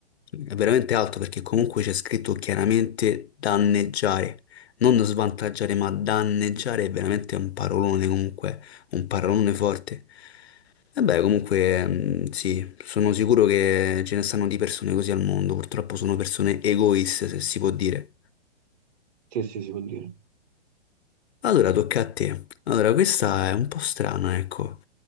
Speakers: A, on the left; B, on the right.
A: è veramente alto perché comunque c'è scritto chiaramente danneggiare. Non svantaggiare, ma danneggiare è veramente un parolone comunque, un parolone forte. E beh, comunque, mh, sì, sono sicuro che ce ne stanno di persone così al mondo, purtroppo sono persone egoiste, se si può dire.
B: Sì, sì, si può dire.
A: Allora, tocca a te. Allora, questa è un po' strana, ecco.